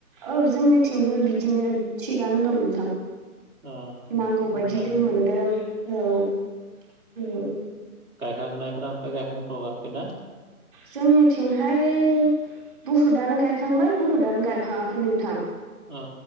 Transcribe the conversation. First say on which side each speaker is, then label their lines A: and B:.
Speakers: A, on the right; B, on the right.
A: औ जोंनिथिंबो बिदिनो थिगानो दं नोंथां
B: ओ
A: नांगौबायदि
B: ओमफ्राय
A: दै मोनदों औ-औ
B: गायखांनायफोरा ओमफ्राय गायखांथ'वाखै दा
A: जोंनिथिंहाय बुहुदआनो गायखांबाय बुहुदानो गायखाङाखै नोंथां
B: ओ